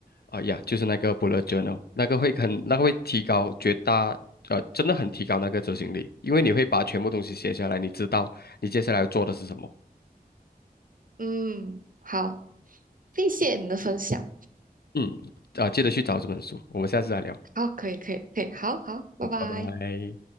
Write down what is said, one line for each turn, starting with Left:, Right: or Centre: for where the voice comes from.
Left: 啊呀，就是那个 bullet journal，那个会很，那个会提高绝大，呃，真的很提高那个执行力，因为你会把全部东西写下来，你知道你接下来要做的是什么。
Right: 嗯，好，谢谢你的分享。
Left: 嗯，啊，记得去找这本书，我们下次再聊，
Right: 好，可以可以可以，好好，拜拜。
Left: 好拜拜。